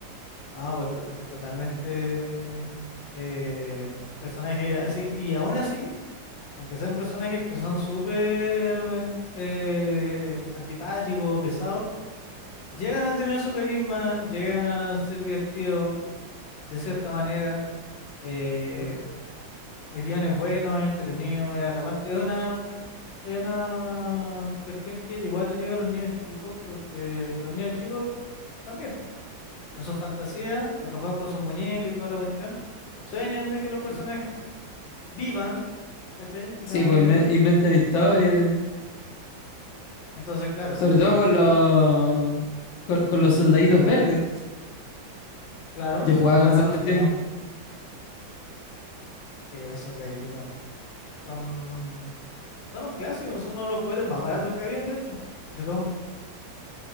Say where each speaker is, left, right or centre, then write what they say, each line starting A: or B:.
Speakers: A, on the left (about 70°); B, on the left (about 85°).
A: No, pues to- es totalmente eh, personaje así. Y aún así, aunque sean personajes que son súper eh, antipáticos, pesados, llegan a tener su carisma, llegan a ser divertidos de cierta manera. eh,
B: Claro.
A: el guión es bueno, es entretenido, es atrapante. Es una, es una cuestión que igual le llega a los niños chicos, porque los niños chicos también. pues, En su fantasía, cuando juegan con sus muñecas y toda la cuestión, sueñan de que los personajes
B: In-
A: vivan, ¿cachai? Tengan
B: Sí, pues
A: vida.
B: inven- inventan historias.
A: Entonces, claro,
B: Sobre todo
A: eh,
B: con los, con, con los soldaditos verdes.
A: claro,
B: Yo
A: cuando
B: jugaba
A: juegan
B: con esas
A: a los
B: cuestiones.
A: soldados, sí, los soldaditos, son, son un clásico, son uno de los juguetes más baratos que habían, de hecho, de todo.